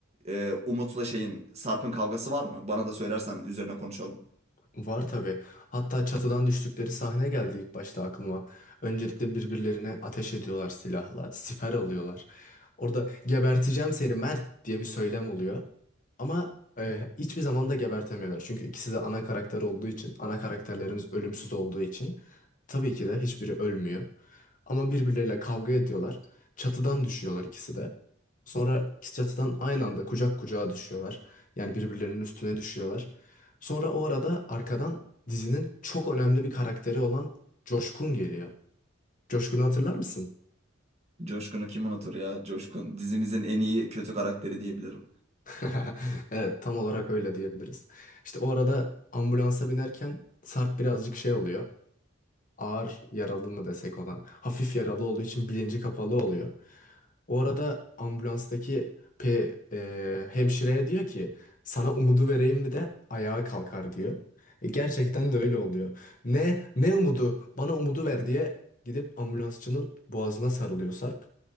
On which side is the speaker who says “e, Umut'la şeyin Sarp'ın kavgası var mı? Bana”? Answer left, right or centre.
Right